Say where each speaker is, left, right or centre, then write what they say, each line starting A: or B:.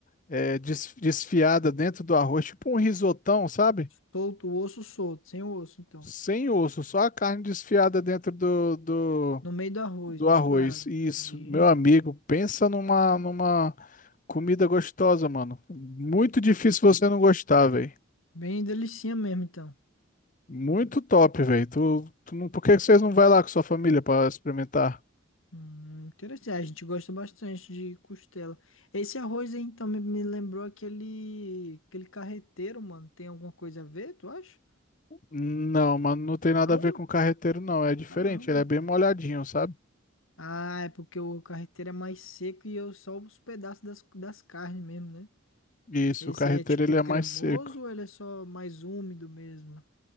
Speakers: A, on the left; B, on the left.
A: é, des- desfiada dentro do arroz, tipo um risotão, sabe?
B: Solto, o osso solto, sem o osso, então.
A: Sem osso, só a carne desfiada dentro do, do,
B: No meio do arroz,
A: do
B: misturado.
A: arroz. Isso,
B: Entendi.
A: meu amigo, pensa numa, numa comida gostosa, mano. Muito difícil você não gostar, velho.
B: Bem delicinha mesmo, então.
A: Muito top, velho. Tu, tu não- por que que vocês não vai lá com sua família pra experimentar?
B: Hum, interessante. Ah, A gente gosta bastante de costela. Esse arroz aí, então, me, me lembrou aquele, aquele carreteiro, mano. Tem alguma coisa a ver, tu acha?
A: Não, mano, não tem
B: Não?
A: nada a ver com carreteiro, não. É diferente,
B: Caramba.
A: ele é bem molhadinho, sabe?
B: Ah, é porque o carreteiro é mais seco e eu só os pedaços das, das carnes mesmo, né?
A: Isso,
B: Esse
A: o carreteiro
B: aí é tipo
A: ele
B: cremoso
A: é mais seco.
B: ou ele é só mais úmido mesmo?